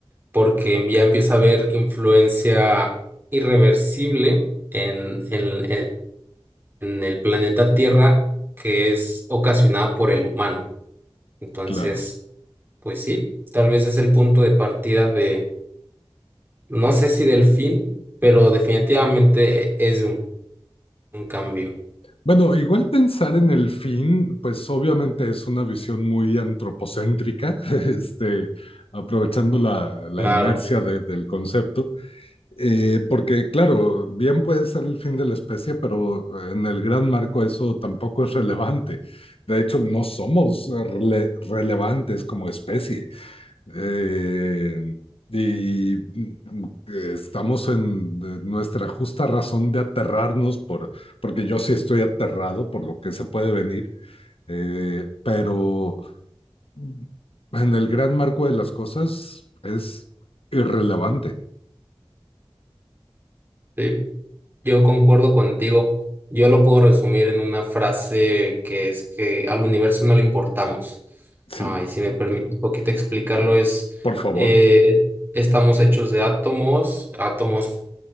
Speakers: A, on the right (about 20°); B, on the left (about 70°).
A: porque ya empieza a haber influencia irreversible en, en, en- en el planeta Tierra que es ocasionada por el humano. Entonces,
B: Claro.
A: pues sí, tal vez es el punto de partida de, no sé si del fin, pero definitivamente es Un cambio,
B: Bueno, igual pensar en el fin, pues obviamente es una visión muy antropocéntrica, <laughs> este, aprovechando la, la
A: claro.
B: inercia de- del concepto, eh, porque claro, bien puede ser el fin de la especie, pero en el gran marco eso tampoco es relevante. De hecho, no somos eh, rele- relevantes como especie. Eh, y mm, mm, estamos en eh, nuestra justa razón de aterrarnos por, porque yo sí estoy aterrado por lo que se puede venir, eh, pero mm, en el gran marco de las cosas es irrelevante.
A: Sí, yo concuerdo contigo. Yo lo puedo resumir en una frase que es que al universo no le importamos.
B: Sí,
A: Ah, y si me permites un poquito explicarlo, es
B: por favor.
A: eh, estamos hechos de átomos, átomos